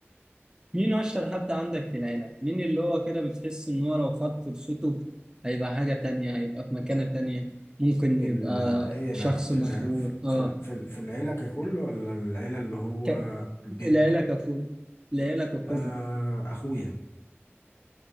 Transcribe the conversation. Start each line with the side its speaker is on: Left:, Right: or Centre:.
Right: مين اشطر حد عندك في العيله مين اللي هو كده بتحس ان هو لو خد فرصته هيبقى حاجه تانية هيبقى في مكانه تانية ممكن
Left: في
Right: يبقى
Left: العيلة
Right: شخص
Left: في
Right: مشهور
Left: ال...
Right: اه
Left: في ال... في ال- في العيلة ككل ولا العيلة اللي هو
Right: ك...
Left: البيت
Right: العيله ككل العيله ككل
Left: آه أخويا